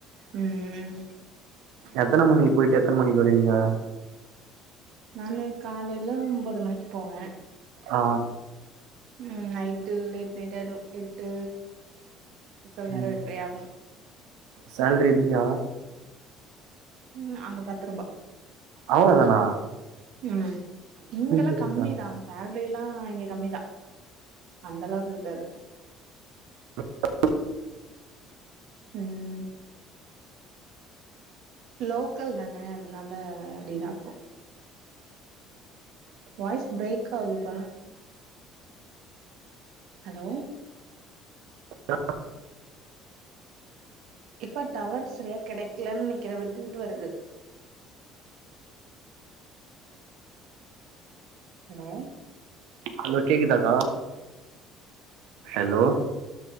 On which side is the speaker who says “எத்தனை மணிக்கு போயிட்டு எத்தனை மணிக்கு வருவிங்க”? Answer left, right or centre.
Right